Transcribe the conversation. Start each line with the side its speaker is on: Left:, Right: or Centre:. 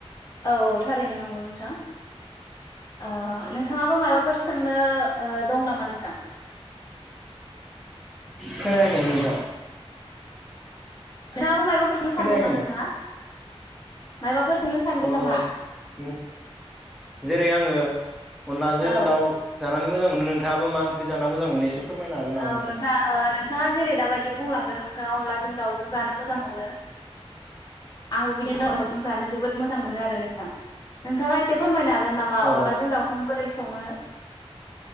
Left: औ औ थारैनो नंगौ नोंथां ओ नोंथाङाबो मायबा फोर सोंनो दं नामा नोंथां?
Centre: खोनायाखैमोन नोंथां।
Left: <unintelligible> <unintelligible>
Centre: खोनायाखैमोन
Left: ना नोंथाङा मायबाफोर सोंनो सानगोन
Centre: अ
Left: नामा
Centre: उम जेरै आं ङो अनलाजों
Left: औ
Centre: दाउ जानानै मोजां मोनो नोंथाबो माओंख्रि जाना मोजां मोनो एसे फोरमायनो हागोन नामा
Left: औ नोंथां ओ नोंथाङा जेरै दाबायदि बुंलांदों नों अनलाजों दाउजों जानो मोजां मोनो आंबो बिदिनो <unintelligible> दाउजों जानो जोबोद मोजां मोनो आरो नोंथां नोंथाङा एसे फोरमायनो हागोन हागोन नामा
Centre: अ
Left: अनलाजों दाउखौ बोरै सङो?